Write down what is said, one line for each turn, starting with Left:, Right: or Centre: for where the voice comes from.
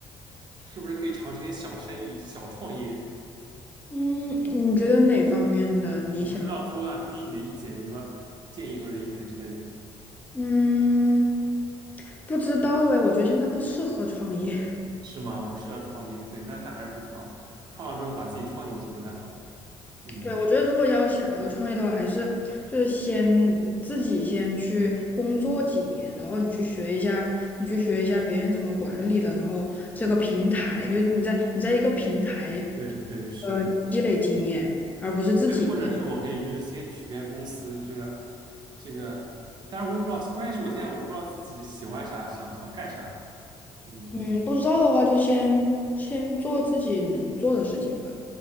Right: 是不是可以尝试一些小生意、小创业？
Left: 嗯，你觉得哪方面的你想？
Right: 我不知道，所以我想听听你的意见，有什么建议或者意见之类的？
Left: 嗯，不知道哎，我觉得现在不适合创业。
Right: 是吗？不是要创业，对，那那还是不创了，创了之后把自己创进去不太好。嗯，
Left: 对，我觉得如果要想要创业的话，还是就是先自己先去工作几年，然后你去学一下，你去学一下别人怎么管理的，然后这个平台，你就你在你在一个平台，
Right: 对对，是的。
Left: 呃，积累经验，而不是自己先
Right: 对，或者是我可以就是先去别人公司，这个这个，当然我也不知道，关键是我现在我不知道自己喜欢啥，想想干啥。嗯，
Left: 嗯，不知道的话就先先做自己能做的事情吧，